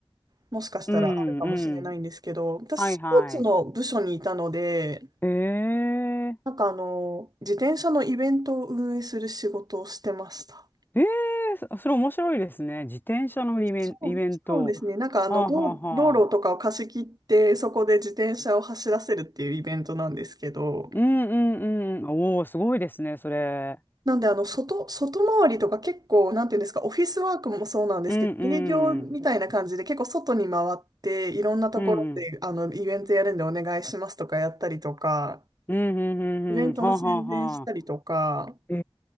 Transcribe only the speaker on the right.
もしかしたらあるかもしれないんですけど、
私スポーツの部署にいたので、
なんかあの、自転車のイベントを運営する仕事をしてました。
そう、
そうですね。なんかあの、
道、道路とかを貸し切ってそこで自転車を走らせるっていうイベントなんですけど、
なんで、あの、外、外回りとか結構、なんていうんですか、オフィスワークもそうなんですけど、
営業みたいな感じで結構外に回って、
いろんなところで、
あの、イベントやるんでお願いしますとかやったりとか、
イベントの宣伝したりとか、